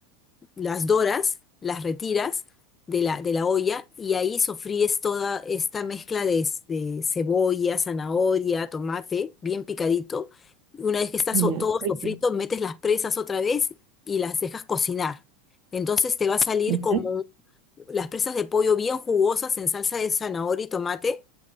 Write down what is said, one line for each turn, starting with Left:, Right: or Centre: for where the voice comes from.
Left: las doras, las retiras de la, de la olla y ahí sofríes toda esta mezcla de, s- de cebolla, zanahoria, tomate, bien picadito. Una vez que está
Right: ya,
Left: so- todo
Right: rico.
Left: sofrito, metes las presas otra vez y las dejas cocinar. Entonces te va a salir
Right: Ujú,
Left: como las presas de pollo bien jugosas en salsa de zanahoria y tomate,